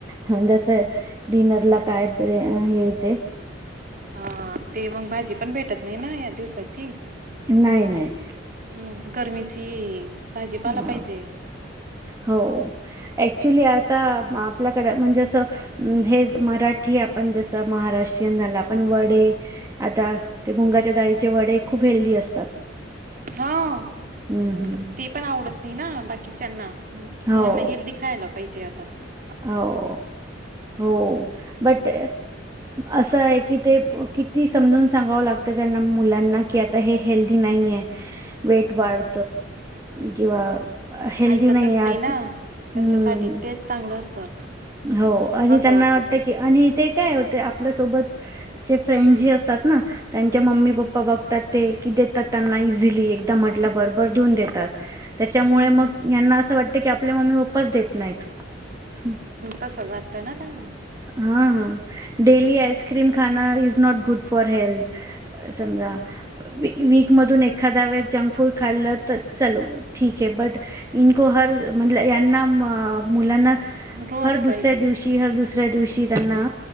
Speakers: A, on the right; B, on the right.
A: हं जस डिनर ला काय प्रे हे येते.
B: हा ते मग भाजी, पण भेटत नाही ना यात दिवसाची.
A: नाही, नाही.
B: हम्म गरमीची भाजीपाला
A: ह
B: पाहिजे
A: हो ऍक्च्युली आता म आपल्याकड म्हणजे असं हे मराठी आपण जसं महाराष्ट्रीयन झालं, आपण वडे आता ते मुंगाच्या दाळीचे वडे खूप हेल्दी असतात.
B: हा!
A: हम्म हम्म
B: पण ते पण आवडत नाही ना बाकी. चन्ना मुलांना
A: हो
B: हेल्दी खायला पाहिजे आत. ता!
A: हो, हो, बट असं आहे की ते किती. समजून सांगाव लागत त्यांना मुलांना, की आता हे हेल्थी नाहीय वेट वाढ किंवा हेल्दी
B: ऐकतच
A: नाही आज
B: ना
A: हूं.
B: त्यांच्यासाठी तेच चांगलं असतं
A: हो आणि
B: असं
A: त्यांना
B: वाटतं
A: वाटत की, आणि ते काय होते अप ल्यासोबत जे फ्रेंड जी असतात ना त्यांच्या मम्मी पप्पा बघतात. ते की देतात त्यांना. ली एकदा म्हटल बरबर देऊन देतात. त्याच्यामुळे
B: हम्म
A: मग यांना असं वाट त की आपले मम्मी पप्पा च देत नाहीत. हूं!
B: तसंच वाटत ना त्यांना.
A: हा हा! डेली
B: हम्म,
A: आइसक्रीम खा. Is not good for health, समजा वीक मधून एखाद्या वेळेस जंक फूड खाल्लं तर चलो ठीक ये, बट इनको हर म्हणलं यांना मा मुलांना.
B: रोज
A: हर दुसऱ्या
B: पाहिजे.
A: दिवशी, हर दुसऱ्या दिवशी त्यांना